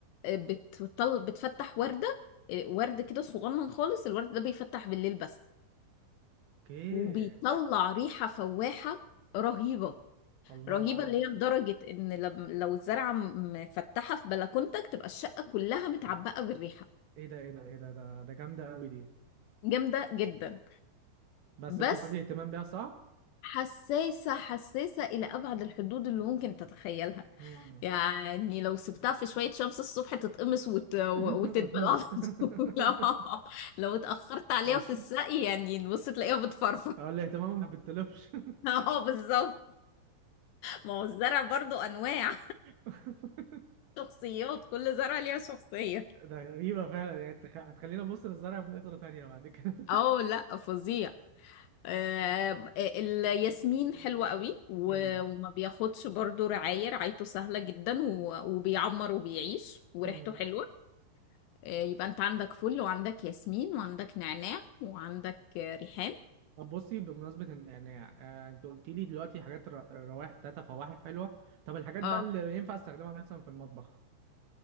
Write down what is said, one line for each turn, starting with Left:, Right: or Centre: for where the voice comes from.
Left: آه، بتطل بتفتح وردة آه، ورد كده صغنن خالص الورد ده بيفتح بالليل بس
Right: اوكي
Left: وبيطلع ريحة فواحة رهيبة
Right: الله
Left: رهيبة اللي هي لدرجة ان لم- لو الزرعة مفتحة في بلكونتك تبقى الشقة كلها متعبقة بالريحة
Right: ايه ده ايه ده ايه ده ده ده جامدة قوي دي
Left: جامدة جدا
Right: بس انت
Left: بس
Right: بتقولي اهتمام بيها صعب
Left: حساسة حساسة إلى أبعد الحدود اللي ممكن تتخيلها
Right: مم.
Left: يعني لو سبتها في شوية شمس الصبح تتقمص وت... وتدبل
Right: <laughs> وتموت
Left: على طول
Right: <laughs>
Left: <laughs> لا، لو اتأخرت عليها
Right: بس
Left: في السقي يعني بص تلاقيها بتفرفر
Right: هو الاهتمام ما بتطلبش
Left: <laughs> اه بالظبط ما هو الزرع برضو أنواع
Right: <laughs>
Left: شخصيات كل زرعة ليها شخصية
Right: ده غريبة فعلا يعني انت خ- هتخليني ابص للزرع بنظرة تانية بعد كده
Left: اه لا فظيع آه، الياسمين حلوة قوي و-
Right: <laughs> مم.
Left: وما بياخدش برضو رعاية رعايته سهلة جدا و- وبيعمر وبيعيش وريحته
Right: مم.
Left: حلوة آه، يبقى انت عندك فل وعندك ياسمين وعندك نعناع وعندك آه، ريحان
Right: طب بصي بمناسبة إن- يعني آه، انت قلت لي دلوقتي حاجات ر- روائح بتاعتها فواحح حلوة طب الحاجات
Left: اه
Right: بقى اللي ينفع استخدمها مثلا في المطبخ